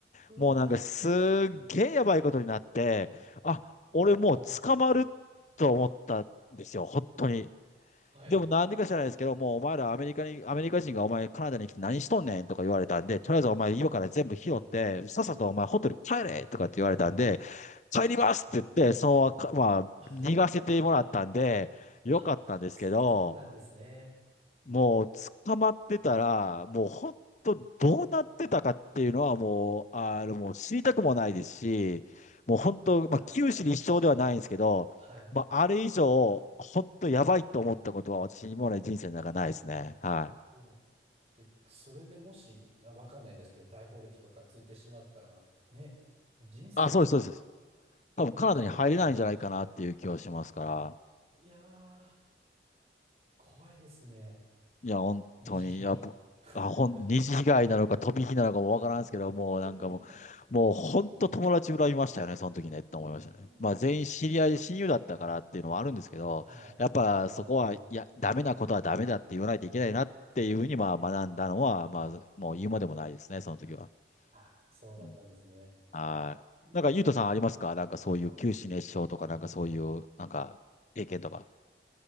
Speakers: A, on the right; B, on the left.
A: うわ
B: もうなんかすっげえやばいことになって、あ、俺もう捕まると思ったんですよ、
A: ー。
B: 本当に。
A: はい。
B: でもなんでか知らないですけど、もうお前らアメリカに、アメリカ人がお前カナダに来て何しとんねんとか言われたんで、とりあえずお前今から全部拾って、
A: はい。
B: さっさとお前ホテル帰れとかって言われたんで、帰りますって言って、
A: はい。はい。
B: そう、まあ、
A: <laughs>
B: 逃がせてもらったんで、よかったんですけど、
A: あ、そうなんですね。
B: もう捕まってたら、もう本当どうなってたかっていうのはもう、あの、もう知りたくもないですし、もう本当、
A: いやー。
B: まあ、九死に一生ではないんですけど、
A: はい。
B: まあ、あれ以上、本当やばいと思ったことは私にもで人生の中ないですね。はい。
A: そう。だって、それでもし、あわかんないですけど、逮捕歴とかついてしまったら、ね、人生も、
B: あ、そうです、そうです。そうです多分カナダに入れないんじゃないかなっていう気はしますから。
A: ね、変わってたかもしれないしね。いやー、怖いですね。
B: いや、本当に、
A: 二次被害。
B: やっぱ、
A: <laughs>
B: あ、ほん、二次被害なのか飛び火なのかもわからんすけど、もうなんかも
A: どういう、
B: う、もう本当友達恨みましたよね、その時ねって思いましたね。
A: いやー、
B: まあ全員知り合い、親友だったからっていうのはあるんですけど、
A: はい。
B: やっぱそこは、
A: あ
B: いや、
A: ー
B: ダメなことはダメだって言わないといけないなっていうふうに、まあ学んだのは、まあもう言うまでもないですね、その時は。
A: あ、そうだったんですね。
B: うん。はい。
A: いやー、
B: なんか、ゆうとさんありますかなんかそういう九死熱傷とか、
A: すごい。
B: なんかそういう、なんか、経験とか。